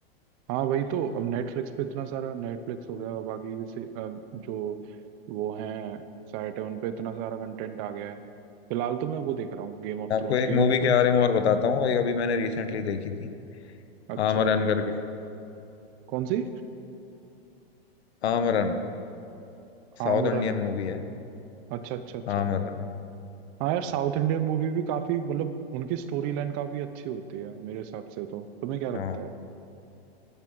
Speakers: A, on the right; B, on the left.
A: हाँ वही तो अब नेटफ्लिक्स पे इतना सारा नेटफ्लिक्स हो गया बाकी से अ, जो वो हैं साइट है उन पे इतना सारा कंटेंट आ गया है फिलहाल तो मैं वो देख रहा हूँ Game of
B: मैं आपको
A: Thrones
B: एक
A: Game
B: मूवी
A: of Thrones
B: के बारे में और बताता हूँ ये अभी मैंने रिसेंटली देखी थी
A: अच्छा
B: आमरन करके
A: कौन सी
B: आमरन साउथ
A: आमूरन
B: इंडियन मूवी है
A: अच्छा अच्छा अच्छा
B: आमरन
A: हाँ यार साउथ इंडियन मूवी भी काफी मतलब उनकी स्टोरी लाइन काफी अच्छी होती है मेरे हिसाब से तो तुम्हें क्या
B: हाँ
A: लगता है